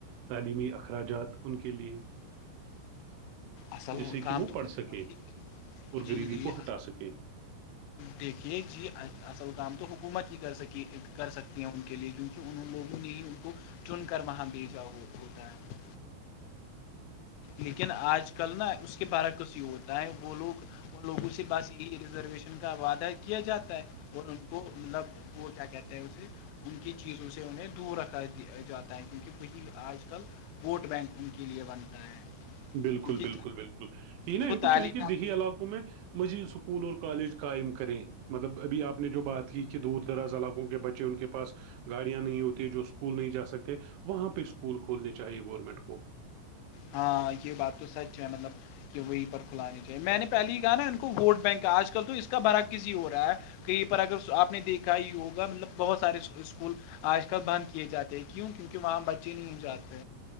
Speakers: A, on the right; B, on the left.
A: تعلیمی اخراجات ان کے لیے
B: اصل
A: جس سے
B: کام
A: کہ وہ
B: تو
A: پڑھ
B: حکومت
A: سکیں اور
B: ہی کرے جی
A: غریبی
B: جی
A: کو ہٹا سکیں
B: دیکھیے جی اصل کام تو حکومت ہی کر سکی کر سکتی ہیں ان کے لیے کیونکہ ان لوگوں نے ہی ان کو چن کر وہاں بھیجا ہوتا ہے لیکن آج کل نا اس کے بارہ کسی ہی ہوتا ہے وہ لوگ اور لوگوں سے بس یہی ریزرویشن کا وعدہ کیا جاتا ہے اور ان کو مطلب وہ کیا کہتے ہیں اسے ان کی چیزوں سے انہیں دور رکھا جاتا ہے کیونکہ وہی آج کل ووٹ بینک ان کے لیے بنتا ہے
A: بالکل
B: کیونکہ
A: بالکل بالکل یہ نا
B: جو
A: ان کو
B: تعلیم
A: چاہیے دیہی علاقوں میں مزید اسکول اور کالج قائم کریں مطلب ابھی آپ نے جو بات کی کہ دور دراز علاقوں کے بچے ان کے پاس گاڑیاں نہیں ہوتی جو اسکول نہیں جا سکتے وہاں پہ اسکول کھولنے چاہیے گورنمنٹ کو
B: ہاں یہ بات تو سچ ہے مطلب کہ وہیں پر کھلانی چاہے میں نے پہلے ہی کہا نا ان کو ووٹ بینک کا آج کل تو اس کا بھرا کسی ہو رہا ہے کہیں پر اگر آپ نے دیکھا ہی ہوگا مطلب بہت سارے اسکول آج کل بند کیے جاتے ہیں کیوں کیونکہ وہاں بچے نہیں ہو جاتے